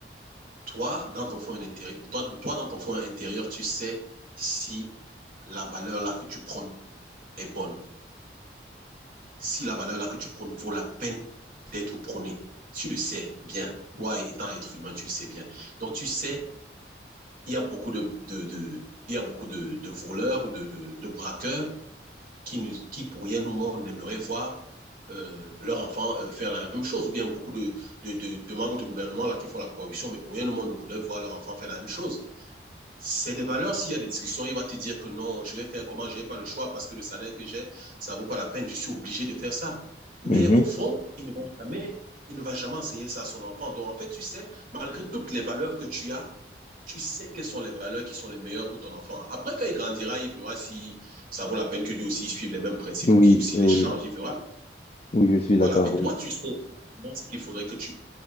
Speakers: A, on the right (about 50°); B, on the left (about 35°).
A: Toi, dans ton fond intérieur, toi, toi dans ton fond intérieur, tu sais si la valeur là que tu prônes est bonne. si la valeur là que tu prônes vaut la peine d'être prônée. Tu le sais bien. Toi, étant être humain, tu le sais bien. Donc, tu sais, il y a beaucoup de, de, de il y a beaucoup de, de voleurs ou de, de braqueurs qui, ne, qui, pour rien au monde, n'aimeraient voir euh, leur enfant euh, faire la même chose. Ou bien beaucoup de, de, de, de membres du gouvernement là, qui font la corruption, mais pour rien au monde ne voudraient voir leur enfant faire la même chose. C'est des valeurs, s'il y a des discussions, il va te dire que non, je vais faire comment, je n'ai pas le choix parce que le salaire que j'ai, ça ne vaut pas la peine, je suis obligé de faire ça. Mais
B: Mhm.
A: au fond, il ne va jamais, il ne va jamais enseigner ça à son enfant. Donc en fait, tu sais, malgré toutes les valeurs que tu as, tu sais quelles sont les valeurs qui sont les meilleures pour ton enfant. Après, quand il grandira, il verra si ça vaut la peine que lui aussi il suive les mêmes principes
B: Oui,
A: ou qu'il aussi
B: oui,
A: les change, il verra.
B: oui, je suis d'accord,
A: Voilà, mais toi,
B: oui.
A: tu sais ce qu'il faudrait que tu